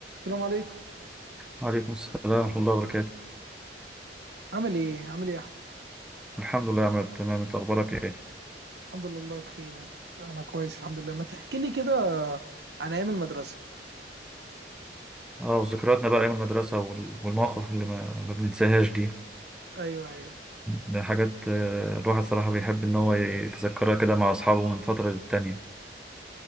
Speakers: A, on the right; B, in the centre.
A: السلام عليكم
B: وعليكم السلام ورحمة الله وبركاته
A: عامل ايه عامل ايه يا احمد
B: الحمد لله يا عماد تمام انت اخبارك ايه
A: الحمد لله والله بخير انت؟ انا كويس الحمد لله ما تحكي لي كده عن ايام المدرسه
B: اه وذكرياتنا بقى ايام المدرسة وال- والمواقف اللي ما, ما بننساهاش دي
A: ايوه ايوه
B: ده حاجات آه، الواحد صراحة بيحب ان هو يتذكرها كده مع اصحابه من فترة للتانية